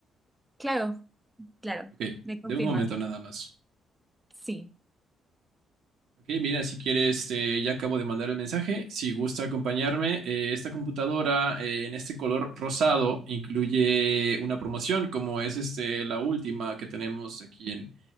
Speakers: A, in the centre; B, on the right (about 75°).
A: Claro, claro.
B: Ok,
A: ¿Me confirmas?
B: de un momento nada más.
A: Sí.
B: Ok, mira, si quieres, eh, ya acabo de mandar el mensaje. Si gusta acompañarme, eh, esta computadora eh, en este color rosado incluye una promoción, como es este, la última que tenemos aquí en,